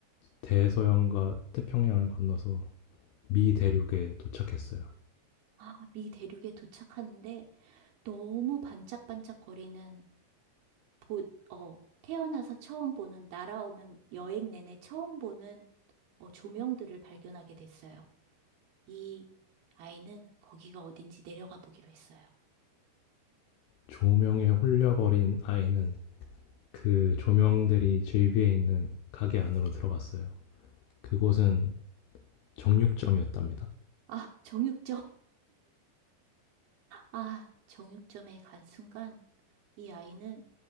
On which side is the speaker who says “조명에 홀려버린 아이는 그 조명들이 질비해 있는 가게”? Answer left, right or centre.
Left